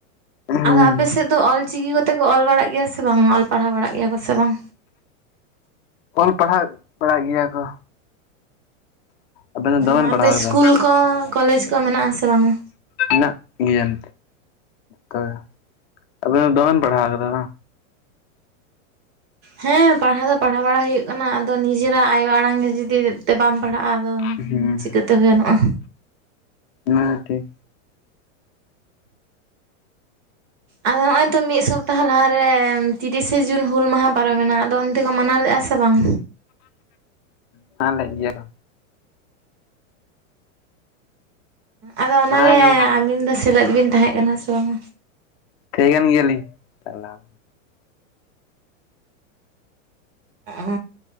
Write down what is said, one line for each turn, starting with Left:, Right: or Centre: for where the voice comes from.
Left: ᱦᱩᱸ
Right: ᱟᱫᱚ ᱟᱯᱮ ᱥᱮᱫ ᱫᱚ ᱚᱞ ᱪᱤᱠᱤ ᱠᱚᱛᱮ ᱠᱚ ᱚᱞ ᱵᱟᱲᱟᱜ ᱜᱮᱭᱟ ᱥᱮ ᱵᱟᱝ ᱚᱞ ᱯᱟᱲᱦᱟᱣ ᱵᱟᱲᱟᱜ ᱜᱮᱭᱟ ᱠᱚ ᱥᱮ ᱵᱟᱝ?
Left: ᱚᱞ ᱯᱟᱲᱦᱟᱜ ᱵᱟᱲᱟᱭ ᱜᱮᱭᱟ ᱠᱚ᱾ ᱟᱵᱮᱱ ᱫᱚ
Right: ᱦᱚᱸ
Left: ᱫᱚᱢᱮᱱ
Right: ᱟᱫᱚ
Left: ᱯᱟᱲᱦᱟᱣ
Right: ᱤᱥᱠᱩᱞ
Left: ᱠᱟᱫᱟ
Right: ᱠᱚ ᱠᱚᱞᱮᱡᱽ ᱠᱚ ᱢᱮᱱᱟᱜᱼᱟ ᱥᱮ ᱵᱟᱝᱟ?
Left: ᱢᱮᱱᱟᱜ ᱜᱮᱭᱟᱱ ᱛᱚ, ᱟᱵᱮᱱ ᱫᱚ ᱫᱚᱢᱮ ᱵᱮᱱ ᱯᱟᱲᱦᱟᱣ ᱠᱟᱫᱟ ᱵᱟᱝ᱾
Right: ᱦᱮᱸ ᱯᱟᱲᱦᱟᱣ ᱫᱚ ᱯᱟᱲᱦᱟᱣ ᱵᱟᱲᱟ ᱦᱩᱭᱩᱜ ᱠᱟᱱᱟ ᱟᱫᱚ ᱱᱤᱡᱮᱨᱟᱜ ᱟᱭᱳ ᱟᱲᱟᱝ ᱡᱩᱫᱤ ᱛᱮ ᱵᱟᱢᱼᱼ ᱯᱟᱲᱦᱟᱜ-ᱟ ᱫᱚ
Left: ᱦᱩᱸ
Right: ᱪᱤᱠᱟᱹ ᱛᱮ ᱦᱩᱭ ᱜᱟᱱᱚᱜ-ᱟ᱾
Left: ᱚᱱᱟ ᱦᱚᱸ ᱴᱷᱤᱠ᱾
Right: ᱟᱫᱚ ᱦᱚᱸᱜ-ᱚᱭ ᱛᱚ ᱢᱤᱫ ᱥᱚᱯᱛᱟ ᱦᱚᱸ ᱞᱟᱦᱟ ᱨᱮ ᱛᱤᱨᱤ ᱥᱮ ᱡᱩᱱ ᱦᱩᱞ ᱢᱟᱦᱟᱸ ᱯᱟᱨᱚᱢᱮᱱᱟ ᱟᱫᱚ ᱚᱱᱛᱮ ᱠᱚ ᱢᱟᱱᱟᱣ ᱞᱮᱜ-ᱟ ᱥᱮ ᱥᱮ ᱵᱟᱝ?
Left: <unintelligible> ᱞᱮᱜ ᱜᱮᱭᱟ ᱠᱚ᱾
Right: ᱟᱫᱚ ᱚᱱᱟ
Left: ᱢᱟᱱᱟ
Right: ᱨᱮ ᱟᱵᱤᱱ ᱫᱚ ᱥᱮᱞᱮᱫ ᱵᱤᱱ ᱛᱟᱦᱮᱸ ᱠᱟᱱᱟ ᱥᱮ ᱵᱟᱝ᱾
Left: ᱛᱮᱦᱮᱸ ᱠᱟᱱ ᱜᱮᱭᱟ‌ ᱞᱤᱧ, ᱪᱟᱞᱟᱣᱼᱼ
Right: ᱚ,